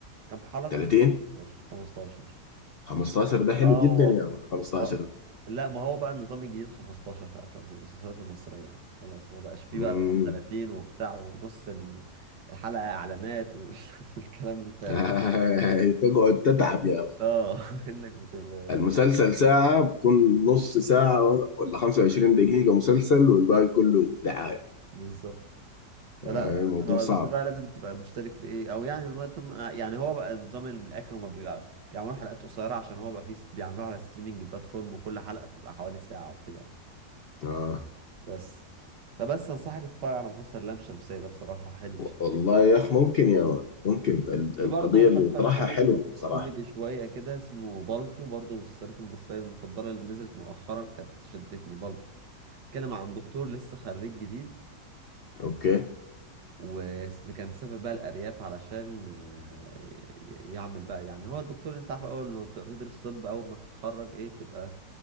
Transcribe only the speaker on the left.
30
15 ده حلو
جدا يا يعني. 15
امم
<laughs> تقعد تتعب يا يعني.
المسلسل ساعة بكون نص ساعة ولا 25 دقيقة مسلسل والباقي كله دعاية
آه، الموضوع
صعب
آه.
والله يا أخ ممكن يا مان ممكن ال-
القضية
اللي بيطرحها
حلوة صراحة
أوكي